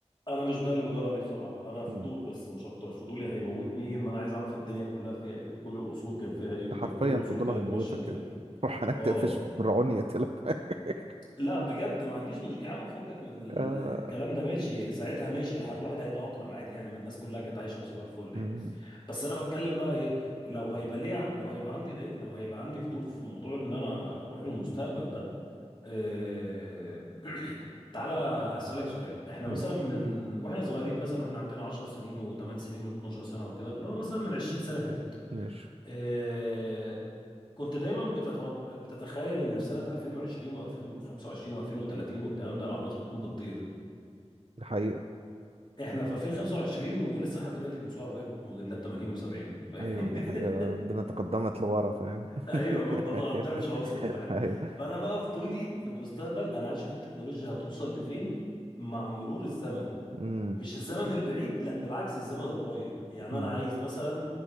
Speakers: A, on the left (about 45°); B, on the right (about 60°).
A: انا مش ده اللي بدور عليه بصراحه انا فضول
B: مم.
A: بس مش اكتر فضولي هيموتني ان انا عايز اعرف الدنيا كلها فيها ايه وكل العصور كان فيها ايه
B: انت
A: وكان
B: حرفيا
A: كل العصور
B: في الضلع
A: كانت
B: هيموتك
A: ماشيه ازاي
B: يعني <laughs> روح هناك
A: اه
B: تقفش من رعون يقتلك <laughs>
A: لا بجد ما عنديش مش... يا عم فكك من ال-
B: آه،
A: الكلام ده ماشي ساعتها ماشي الواحد هيتأقلم عادي يعني ما الناس كلها كانت عايشه وصباح الفل
B: مم،
A: يعني بس انا بتكلم بقى ايه لو هيبقى ليه عن... لو هيبقى عندي ليه، لو هيبقى عندي فضول في موضوع ان انا اروح المستقبل ده إيه... <clears throat> تعالى هسألك سؤال احنا
B: مم،
A: مثلا من واحنا صغيرين مثلا واحنا عندنا 10 سنين و8 سنين و12 سنة وكده اللي هو مثلا من 20 سنة فاتت
B: ماشي
A: إيه... كنت دايما بتت... بتتخيل ان في سنة 2020 و2025 و2030 والكلام ده العربيات هتكون بتطير
B: دي حقيقة
A: احنا في 2025 ولسه لحد دلوقتي بنسوق عربيات موديلات 80 و70
B: ايوه دي
A: <laughs>
B: حقيقة ربنا تقدمت لورا فاهم
A: ايوه ما بتتقدمش
B: <laughs>
A: اصلا فاهم
B: ايوه
A: فانا بقى فضولي في المستقبل انا عايز اشوف التكنولوجيا هتوصل لفين مع مرور الزمن
B: أمم،
A: مش الزمن البعيد لا بالعكس الزمن القريب يعني
B: أمم،
A: انا عايز مثلا